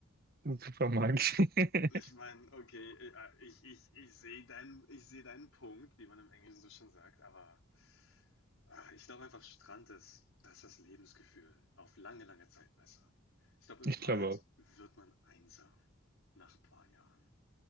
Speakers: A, on the right; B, on the left.
A: Super magisch. <laughs>
B: ich meine, okay, äh, ah, ich ich ich sehe deinen ich sehe deinen Punkt, wie man im Englischen so schön sagt, aber, ah, ich glaube einfach, Strand ist da ist das Lebensgefühl auf lange, lange Zeit besser. Ich glaube, im
A: Ich
B: Wald
A: glaube auch.
B: wird man einsam nach ein paar Jahren.